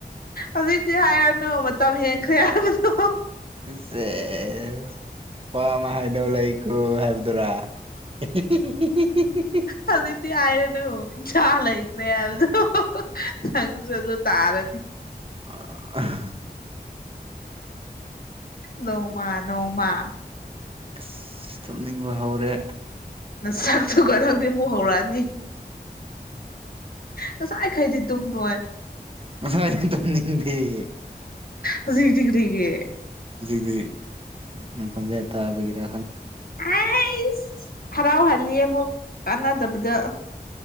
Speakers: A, on the left; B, on the right.
A: ꯍꯧꯖꯤꯛꯇꯤ ꯍꯥꯏꯔꯅꯨ ꯃꯇꯝ ꯍꯦꯟꯈ꯭ꯔꯦ ꯍꯥꯏꯕꯗꯣ
B: ꯁꯦꯁ ꯋꯥ ꯑꯃ ꯍꯥꯏꯗꯧ ꯂꯩꯀꯣ ꯍꯥꯏꯕꯗꯨꯔꯥ <unintelligible>
A: ꯍꯧꯖꯤꯛꯇꯤ ꯍꯥꯏꯔꯅꯨ ꯏꯆꯥ ꯂꯩꯈ꯭ꯔꯦ ꯍꯥꯏꯕꯗꯨ ꯅꯪꯁꯨ ꯑꯗꯨ ꯇꯔꯥꯅꯤ
B: ꯑꯥ
A: ꯅꯣꯡꯃ ꯅꯣꯡꯃ
B: ꯑꯁ ꯇꯨꯝꯅꯤꯡꯕ ꯍꯧꯔꯦ
A: ꯅꯁꯛꯇꯨꯒ ꯅꯪꯗꯤ ꯃꯨꯛ ꯍꯧꯔꯛꯑꯅꯤ ꯉꯁꯥꯏꯈꯩꯗꯤ ꯇꯨꯝꯃꯣꯏ
B: ꯉꯁꯤꯏꯗꯤ ꯇꯨꯝꯅꯤꯡꯗꯦ ꯑꯦ
A: ꯍꯧꯖꯤꯛꯇꯤ ꯀꯔꯤꯒꯤ
B: ꯍꯧꯖꯤꯛꯇꯤ ꯅꯪ ꯈꯣꯟꯖꯦꯜ ꯇꯥꯕꯒꯤꯔ
A: ꯑꯩꯁ ꯍꯔꯥꯎꯍꯜꯂꯤ ꯑꯃꯨꯛ ꯀꯥꯟꯅꯗꯕꯗ